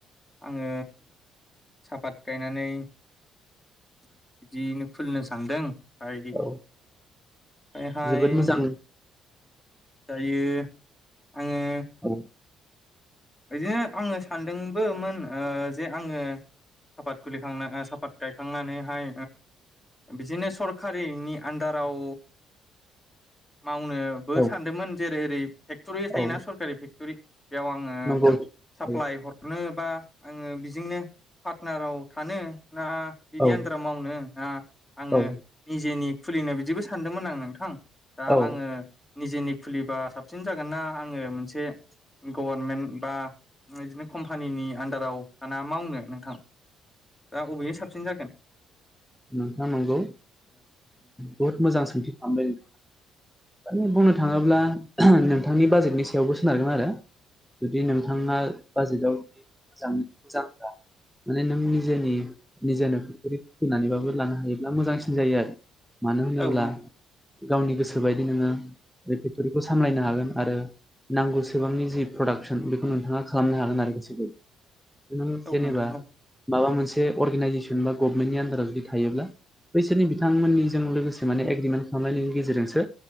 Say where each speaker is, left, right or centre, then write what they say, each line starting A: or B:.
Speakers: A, on the left (about 20°); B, in the centre.
A: आङो सापात गायनानै बिदियैनो खुलिनो सानदों हाय ओमफ्राय
B: औ
A: हाय
B: जोबोद मोजां
A: दायो आङो
B: <unintelligible>
A: बिदिनो आङो सानदोंबोमोन जे आङो सापात खुलिखांना सापात गायखांनानैहाय बिदिनो सरकारिनि आन्दाराव मावनोबो
B: औ
A: सानदोंमोन जेरै ओरै फेक्टरि थायोना
B: औ
A: सरकारि फेक्टरि बेयाव आङो
B: नंगौ
A: साप्लााय
B: औ
A: हरनो बा आङो बिजोंनो पार्टनाराव थानो ना बिनि
B: औ
A: आन्दाराव मावनो ना आङो
B: औ
A: निजेनि खुलिनो बिदिबो सानदोंमोन आं नोंथां दा
B: औ
A: आङो निजेनि खुलिबा साबसिन जागोन नना आङो मोनसे गभारनमेन्ट बा बिदिनो कम्पानिनि आन्दाराव दाना मावनो नोंथां दा अबेओ साबसिन जागोन
B: नोंथाङा नंगौ बहुद मोजां सोंथि खालामबाय नोंथाङा माने बुंनो थाङोब्ला नोंथांनि बाजेटनि सायावबो सोनारगोन आरो जुदि नोंथाङा बाजेटावजुदि मोजां मोजांब्ला माने नों निजेनि निजेनो पेक्टरि फैनानैबाबो लानो हायोब्ला मोजांसिन जायो आरो मानो होनोब्ला
A: औ औ
B: गावनि गोसो बायदि नोङो बे फेक्टरिखौ सामलायनो हागोन आरो नांगौसेबांनि जि प्रडाक्सन बेखौ नोंथाङा खालामनो हागोन आरो गोसोबोै नों
A: औ
B: जेनेबा
A: नोंथां औ
B: माबा मोनसे अर्गेनाइजेसन बा गभमेनि जुदि थायोब्ला बैसोरनि बिथांमोननिजों लोगोसे माने एग्रिमेन्ट खालामनायनि गेजेरजोंसो